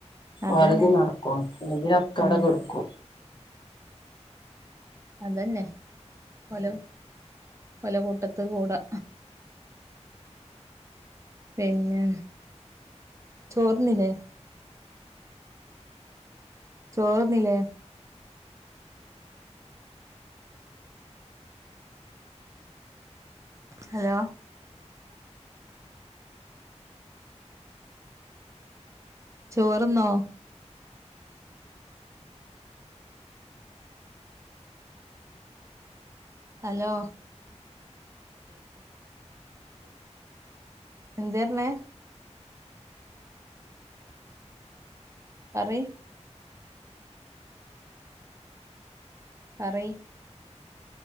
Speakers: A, on the right (about 25°); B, on the left (about 40°).
A: അതന്നെ
B: ഓലത് നടക്കും ഇല്ലെങ്കിലൊക്കവടെകെട്ക്കും.
A: ഉം അതെന്നെ ഓലെ ഓലെ കൂട്ടത്ത് കൂടാ പിന്നെ ചോറ്ന്നിലേ? ചോറ്ന്നിലേ ഹലോ ചോറ്ന്നോ? അലോ എന്ത്യേറ്ഞ്ഞേ പറി പറി